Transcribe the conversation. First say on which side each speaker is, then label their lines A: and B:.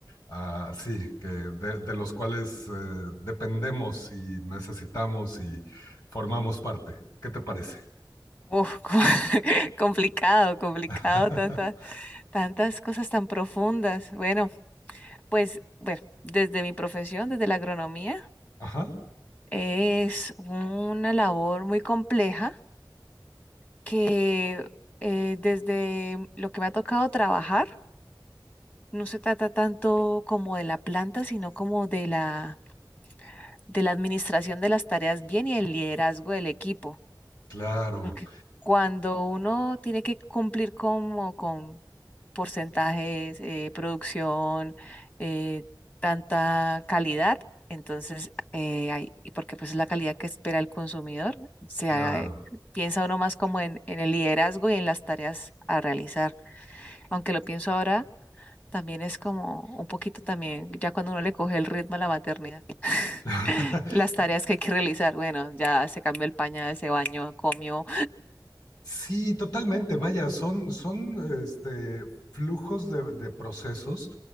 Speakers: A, on the left; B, on the left.
A: ah, sí, que de, de los cuales eh, dependemos y necesitamos y formamos parte. ¿Qué te parece?
B: Uf, <laughs> co- complicado, complicado,
A: <laughs>
B: tantas, tantas cosas tan profundas. Bueno, pues, bueno, desde mi profesión, desde la agronomía,
A: Ajá,
B: es una labor muy compleja que eh, desde lo que me ha tocado trabajar, no se trata tanto como de la planta, sino como de la, de la administración de las tareas bien y el liderazgo del equipo.
A: claro,
B: Porque cuando uno tiene que cumplir como con porcentajes, eh, producción, eh, tanta calidad, entonces, eh, hay- y porque pues es la calidad que espera el consumidor, se,
A: claro.
B: ha- eh, piensa uno más como en, en el liderazgo y en las tareas a realizar. Aunque lo pienso ahora, también es como un poquito también, ya cuando uno le coge el ritmo a la maternidad,
A: <laughs>
B: <laughs> las tareas que hay que realizar, bueno, ya se cambió el pañal, se bañó, comió.
A: Sí, totalmente. Vaya, son, son este, flujos de, de procesos